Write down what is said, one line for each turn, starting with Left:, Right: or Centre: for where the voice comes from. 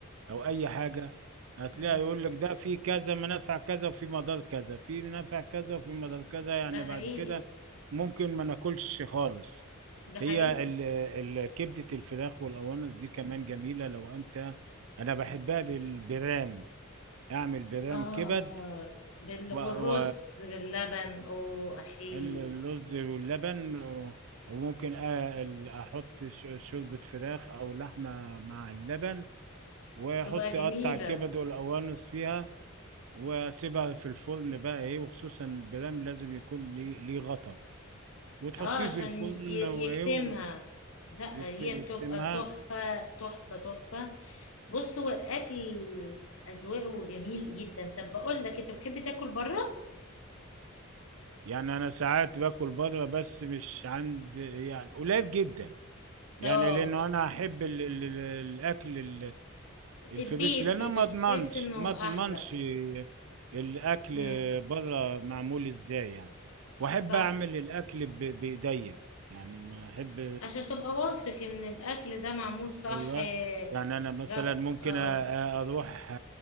Right: او اي حاجه هتلاقي
Left: امم
Right: يقول لك ده في كذا منافع كذا وفي مضار كذا في منافع كذا وفي مضار كذا
Left: ده
Right: يعني
Left: حقيقي
Right: بعد كده ممكن ما ناكلش خالص
Left: ده حقيقي
Right: هي ال... ال... كبده الفراخ والقوانص دي كمان جميله لو انت انا بحبها بالبرام اعمل برام
Left: آه
Right: كبد
Left: بال...
Right: و...
Left: والرز
Right: و...
Left: باللبن أو أحيي
Right: اللوز واللبن و- وممكن آ- ال- احط ش- شوربة فراخ او لحمة مع اللبن واحط
Left: تبقى جميلة
Right: اقطع الكبد والقوانص فيها واسيبها في الفرن بقى ايه وخصوصا البرام لازم يكون ليه ليه غطا وتحطيه
Left: آه عشان
Right: في الفرن
Left: ي...
Right: وايه
Left: يكتمها لا
Right: ويكتمها
Left: هي بتبقى تحفة تحفة تحفة بص هو الأكل أذواقه جميل جدا طب بقول لك إيه، أنت بتحب تاكل بره؟
Right: يعني انا ساعات باكل بره بس مش عند يعني قليل جدا يعني
Left: آه
Right: لانه انا احب ال- ال- ال- الاكل ال-
Left: البيتي
Right: الفريش لان انا ما
Left: بتحس
Right: اضمنش
Left: إنه
Right: ما اضمنش
Left: أحلى
Right: الاكل
Left: مم.
Right: بره معمول ازاي يعني واحب
Left: صح
Right: اعمل الاكل ب- بايديا يعني ما احب
Left: عشان تبقى واثق إن الأكل ده معمول صح
Right: ايوه
Left: آه،
Right: يعني انا مثلا
Left: لا
Right: ممكن
Left: آه
Right: أ- اروح